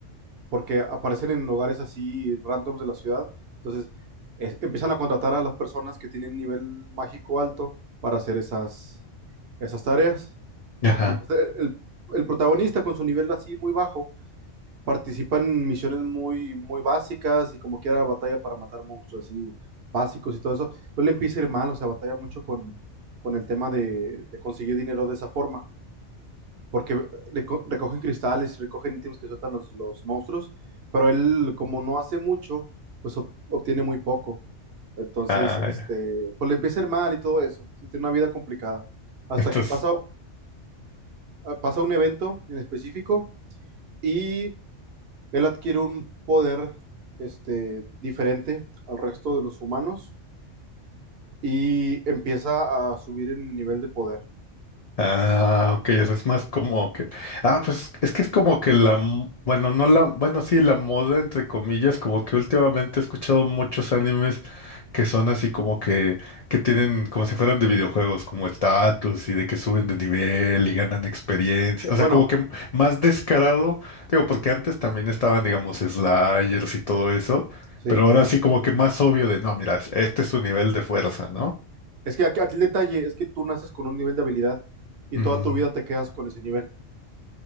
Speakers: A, on the right (about 60°); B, on the left (about 75°).
A: Porque aparecen en hogares así randoms de la ciudad. Entonces es- empiezan a contratar a las personas que tienen nivel mágico alto para hacer esas, esas tareas.
B: Ajá.
A: Y o sea, el, el protagonista con su nivel así muy bajo participan en misiones muy, muy básicas y como quiera batalla para matar monstruos así básicos y todo eso. Entonces le empieza a ir mal, o sea, batalla mucho con, con el tema de, de conseguir dinero de esa forma, porque reco- recogen cristales y recogen ítems que sueltan los, los monstruos, pero él como no hace mucho, pues ob- obtiene muy poco. Entonces,
B: Ah,
A: este,
B: ya.
A: pues le empieza a ir mal y todo eso. Sí, Tiene una vida complicada. Hasta
B: Entonces,
A: que pasa, pasa un evento en específico y él adquiere un poder este, diferente al resto de los humanos y empieza a subir en el nivel de poder.
B: Ah, ok, o sea, es más como que... Ah, pues es que es como que la... m- Bueno, no la... Bueno, sí, la moda, entre comillas, como que últimamente he escuchado muchos animes que son así como que... que tienen como si fueran de videojuegos, como estatus y de que suben de nivel y ganan experiencia. O
A: Bueno,
B: sea, como que más descarado, digo, porque antes también estaban, digamos, sliders y todo eso,
A: sí.
B: pero ahora sí como que más obvio de, no, mira, este es su nivel de fuerza, ¿no?
A: Es que aquí, aquí el detalle es que tú naces con un nivel de habilidad y
B: Mm,
A: toda tu vida te quedas con ese nivel.